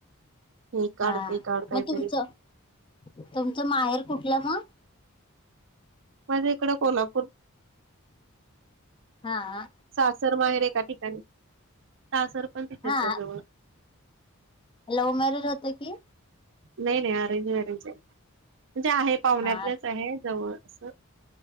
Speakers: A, on the right (about 60°); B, on the left (about 25°).
A: हे काढ
B: हा,
A: ते काढ काहीतरी
B: मग तुमचं, तुमचं माहेर कुठलं म?
A: माझं इकडं कोल्हापूर
B: हा आ
A: सासर माहेर एका ठिकाणी, सासर पण तिथेच
B: हा
A: आहे जवळ
B: लव्ह मॅरेज होतं की
A: नाही, नाही, अरेंज मॅरेजय, म्हणजे आहे पाहुण्यातलच
B: हा
A: आहे जवळचं.